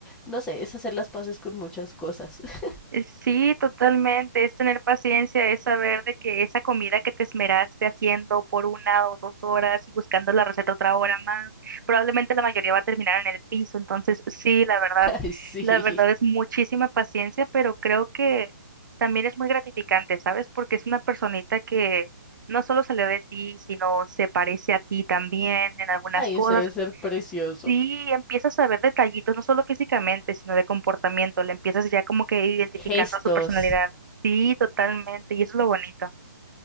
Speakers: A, in the centre; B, on the right (about 70°).
A: No sé, es hacer las paces con muchas cosas. <laughs>
B: Eh, Sí, totalmente. Es tener paciencia, es saber de que esa comida que te esmeraste haciendo por una o dos horas y buscando la receta otra hora más, probablemente la mayoría va a terminar en el piso. Entonces, sí, la verdad,
A: Ay, sí.
B: la verdad es muchísima paciencia, pero creo que también es muy gratificante, ¿sabes? Porque es una personita que no solo salió de ti, sino se parece a ti también en algunas
A: Ay,
B: cosas.
A: eso debe ser precioso.
B: Sí, empiezas a ver detallitos, no solo físicamente, sino de comportamiento. Le empiezas ya como que identificando
A: Gestos.
B: su personalidad. Sí, totalmente. Y eso es lo bonito.